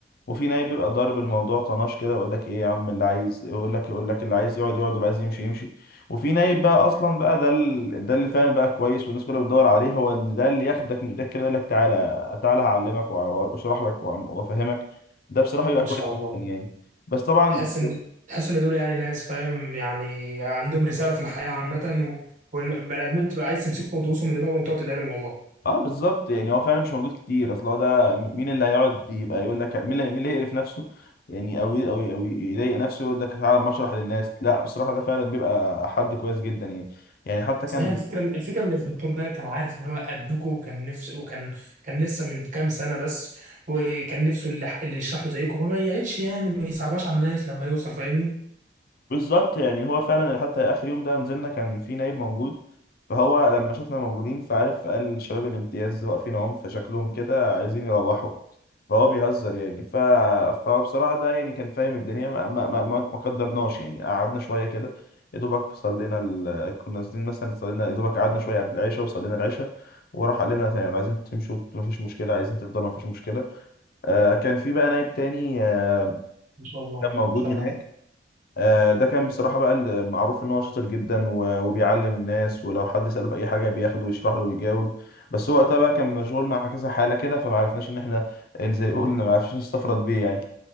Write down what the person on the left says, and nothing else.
وفي نائب بيبقى ضارب الموضوع طناش كده يقول لك ايه يا عم اللي عايز يقول لك يقول لك اللي عايز يقعد يقعد واللي عايز يمشي يمشي وفي نائب بقى اصلا بقى ده ال... ده اللي فعلا بقى كويس والناس كلها بتدور عليه هو إن ده اللي ياخدك من ايدك كده يقول لك تعالى تعالى هعلمك وأ- واشرح لك وأ- وافهمك ده بصراحه بيبقى
كويس
جدا
يعني بس طبعا
اه بالظبط يعني هو فعلا مش موجود كتير اصل هو ده م- مين اللي هيقعد يبقى يقول لك مين اللي مين اللي يقرف نفسه يعني او ي- او ي- او يضايق نفسه يقول لك تعالى أما اشرح للناس لا بصراحه ده فعلا بيبقى حد كويس جدا يعني يعني حتى كان
بالظبط يعني هو فعلا حتى اخر يوم ده نزلنا كان في نايب موجود فهو لما شافنا موجودين فعرف قال شباب الامتياز واقفين اهم فشكلهم كده عايزين يروحوا فهو بيهزر يعني ف... فبصراحة ده يعني كان فاهم الدنيا ما, ما, ما, ما ما قدرناش يعني قعدنا شوية كده يا دوبك صلينا ال... كنا نازلين مثلا صلينا يا دوبك قعدنا شوية قبل العشاء وصلينا العشاء وراح قال لنا تمام لو عايزين تمشوا مفيش مشكلة عايزين تفضلوا مفيش مشكلة آه كان في بقى نايب تاني آه
كان
موجود
هناك
آه، ده كان بصراحة بقى المعروف إن هو شاطر جدا و- وبيعلم الناس ولو حد سأله في أي حاجة بياخده ويشرح له ويجاوب بس هو وقتها بقى كان مشغول مع كذا حالة كده فمعرفناش إن إحنا إن زي ما قلنا معرفناش نستفرد بيه يعني